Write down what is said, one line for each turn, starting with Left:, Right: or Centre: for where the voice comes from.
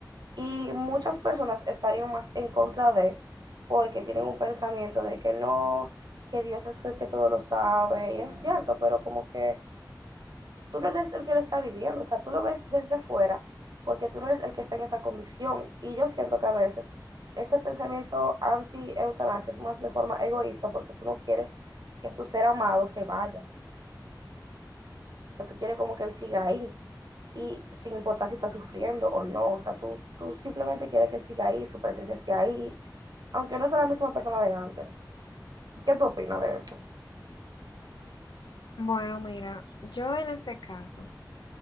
Right: Y muchas personas estarían más en contra de porque tienen un pensamiento de que no, que Dios es el que todo lo sabe, y es cierto, pero como que tú no eres el que lo está viviendo, o sea, tú lo ves desde fuera porque tú no eres el que está en esa condición. Y yo siento que a veces ese pensamiento anti-eutanasia es más de forma egoísta porque tú no quieres que tu ser amado se vaya, o sea, tú quieres como que él siga ahí y sin importar si está sufriendo o no, o sea, tú, tú simplemente quieres que él siga ahí, su presencia esté ahí, aunque no sea la misma persona de antes. ¿Qué tú opinas de eso?
Left: Bueno, mira, yo en ese caso,